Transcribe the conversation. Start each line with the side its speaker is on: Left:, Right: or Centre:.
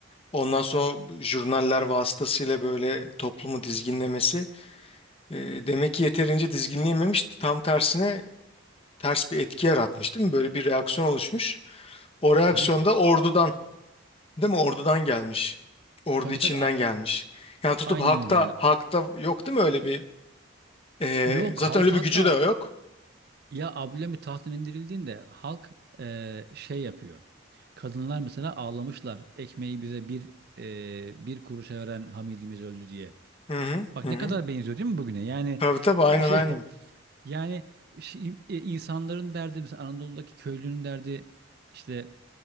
Left: ondan sonra jurnaller vasıtasıyla böyle toplumu dizginlemesi e, demek ki yeterince dizginleyememiş tam tersine ters bir etki yaratmış değil mi? Böyle bir reaksiyon oluşmuş. O reaksiyon
Right: Tabii ki.
Left: da ordudan değil mi? Ordudan gelmiş. Ordu
Right: Tabii
Left: içinden
Right: tabii.
Left: gelmiş. Yani tutup
Right: Aynen
Left: hakta
Right: öyle yani.
Left: hakta yok değil mi öyle bir e,
Right: Yok
Left: zaten
Right: halk
Left: öyle bir
Right: hatta
Left: gücü de yok.
Right: ya Abdülhamit tahttan indirildiğinde halk e, şey yapıyor. Kadınlar mesela ağlamışlar. Ekmeği bize bir e, bir kuruşa veren Hamidimiz öldü diye.
Left: Hı hı.
Right: Bak
Left: Hı hı.
Right: ne kadar benziyor değil mi bugüne? Yani
Left: Tabii tabii aynen
Right: e, şey
Left: aynen.
Right: <laughs> yani şey, e, insanların derdi mesela Anadolu'daki köylünün derdi işte